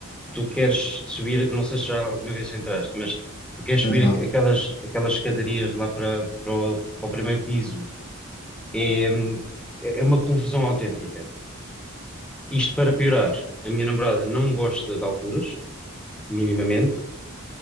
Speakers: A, in the centre; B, on the left.
A: tu queres subir, não sei se já alguma vez entraste, mas tu queres subir
B: Ah, Não,
A: aqu-
B: não.
A: aquelas, aquelas escadarias lá para, para o, para o primeiro piso. É, é uma confusão autêntica. Isto para piorar, a minha namorada não gosta de alturas, minimamente,